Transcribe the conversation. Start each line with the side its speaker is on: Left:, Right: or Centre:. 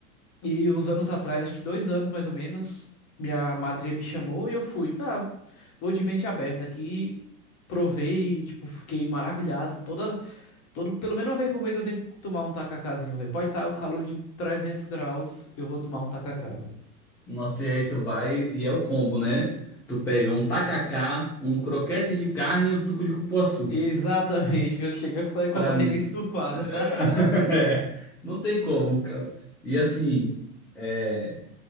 Left: E uns anos atrás, acho que dois anos mais ou menos, minha madrinha me chamou e eu fui. Ah, vou de mente aberta aqui. Provei, tipo, fiquei maravilhado. Toda, todo, pelo menos uma vez por mês eu tenho que tomar um tacacazinho, velho. Pode estar o calor de 300 graus, eu vou tomar um tacacá,
Centre: Nossa, e aí tu vai e é o combo, né? Tu pega um tacacá, um croquete de carne e um suco de cupuaçu.
Left: Exatamente, que chega a sair com
Centre: Pra
Left: a barriga
Centre: mim.
Left: estufada.
Centre: <laughs>
Left: <laughs>
Centre: É, Não tem como. cara. E assim, é,